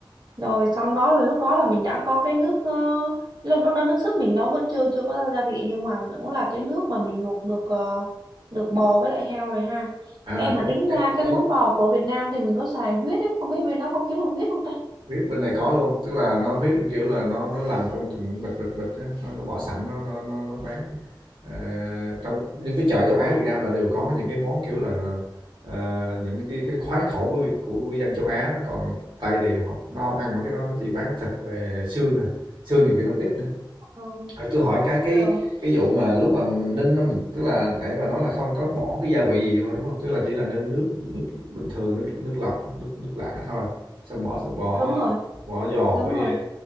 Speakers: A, on the right; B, on the right.
A: rồi xong đó là lúc đó là mình đã có cái nước ờ, lúc lúc đó nước súp mình nó vẫn chưa chưa có gia vị nhưng mà cũng là cái nước mà mình luộc được ờ, được bò với lại heo rồi ha
B: À
A: em mà
B: cái
A: tính nha
B: cái
A: cái
B: cái
A: bún bò của Việt Nam thì mình có xài huyết ấy không biết bên đó có kiếm được huyết không ta
B: huyết bên này có luôn, tức là nó huyết kiểu là nó nó làm trong từng bịch bịch bịch á, nó nó bỏ sẵn nó nó nó nó bán Ờ, trong những cái chợ châu Á Việt Nam là đều có những cái món kiểu là là, ờ, những cái cái khoái khẩu của Việt- của của dân châu Á nó còn Tây thì họ nó không ăn mấy cái đó nó chỉ bán thịt về xương nè, xương nhiều khi nó ít nữa.
A: Ờ,
B: À, tôi hỏi cái cái
A: rồi
B: cái vụ mà lúc mà mình ninh á mình tức là nãy bà nói là không có bỏ cái gia vị gì vô đúng không? Tức là chỉ là ninh nước nước bình thường nước nước lọc nước nước lã thôi. Xong bỏ bỏ
A: đúng rồi
B: bỏ giò
A: đúng
B: với
A: rồi